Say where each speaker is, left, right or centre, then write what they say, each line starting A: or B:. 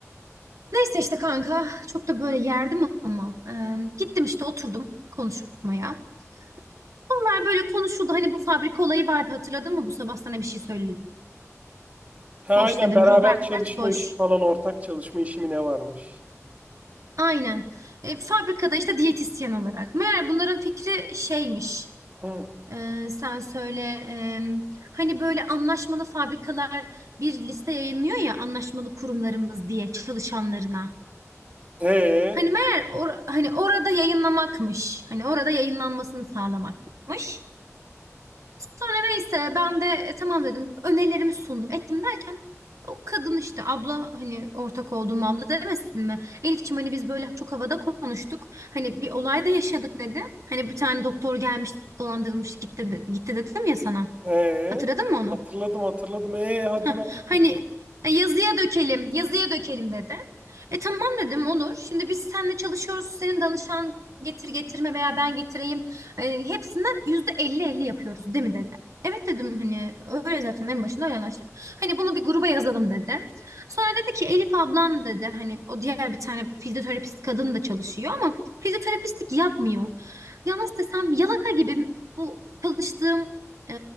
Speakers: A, on the right (about 75°); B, on the right (about 30°).
A: Neyse işte kanka çok da böyle yerdim ama. e, gittim işte oturdum konuşmaya. Bunlar böyle konuşuldu. Hani bu fabrika olayı vardı hatırladın mı? Bu sabah sana bir şey söyledim.
B: Ha
A: Boş
B: aynen
A: dedim.
B: beraber
A: Robert
B: çalışma
A: Boş.
B: işi falan ortak çalışma işi mi ne varmış?
A: Aynen. E, fabrikada işte diyetisyen olarak. Meğer bunların fikri şeymiş.
B: Ha.
A: E, sen söyle. e, hani böyle anlaşmalı fabrikalar bir liste yayınlıyor ya anlaşmalı kurumlarımız diye çalışanlarına.
B: E
A: Hani meğer or- hani orada yayınlamakmış. Hani orada yayınlanmasını sağlamakmış. Sonra neyse ben de e, tamam dedim önerilerimi sundum ettim derken o kadın işte abla hani ortak olduğum abla demesin mi? Elifçim hani biz böyle çok havada konuştuk hani bir olay da yaşadık dedi. Hani bir tane doktor gelmiş dolandırılmış gitti, de- gitti dedim ya sana
B: e
A: hatırladın mı onu?
B: hatırladım hatırladım. E hadi
A: Heh,
B: merak
A: hani
B: et.
A: "E, yazıya dökelim, yazıya dökelim dedi. E tamam dedim olur. Şimdi biz seninle çalışıyoruz. Senin danışan getir getirme veya ben getireyim. E, hepsinden yüzde elli elli yapıyoruz değil mi dedi. Evet dedim hani öyle zaten en başında öyle anlaştık. Hani bunu bir gruba yazalım dedi. Sonra dedi ki Elif ablam dedi hani o diğer bir tane fizyoterapist kadın da çalışıyor ama fizyoterapistlik yapmıyor. Ya nasıl desem yalaka gibi bu çalıştığım e,